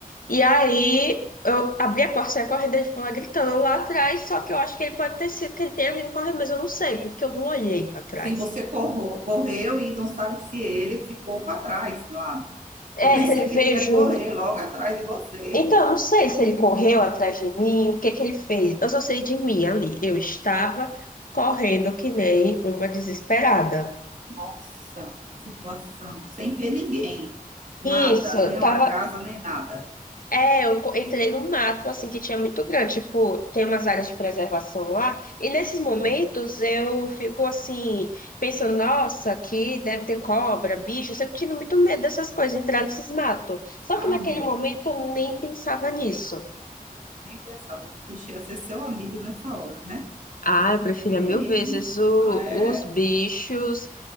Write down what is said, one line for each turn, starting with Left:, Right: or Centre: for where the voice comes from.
Left: E aí eu abri a porta, saí correndo, ele ficou lá gritando lá atrás, só que eu acho que ele pode ter sido que ele tenha vindo correndo, mas eu não sei, porque eu não olhei pra trás.
Right: Sim, você corro- correu e não sabe se ele ficou para trás lá.
Left: É,
Right: Eu pensei
Left: se ele veio
Right: que ele ia
Left: junto.
Right: correr logo atrás de você.
Left: Então, eu não sei se ele correu atrás de mim, o que que ele fez. Eu só sei de mim ali. Eu estava correndo que nem uma desesperada.
Right: Nossa, que situação. Sem ver ninguém. Nada,
Left: Isso,
Right: nem
Left: tava,
Right: uma casa, nem nada.
Left: É, eu enco- entrei num mato, assim, que tinha muito grande. Tipo, tem umas áreas de preservação lá. E nesses momentos
Right: Hum.
Left: eu fico, assim, pensando, nossa, aqui deve ter cobra, bicho. Eu sempre tive muito medo dessas coisas, entrar nesses matos. Só
Right: Ah,
Left: que naquele
Right: meu
Left: momento
Right: Deus.
Left: eu nem pensava nisso.
Right: Nem pensava. Os bichos iam ser seu amigo nessa hora, né?
Left: Ah, eu preferia
Right: É
Left: mil vezes
Right: isso.
Left: o-
Right: Ah, é
Left: os bichos,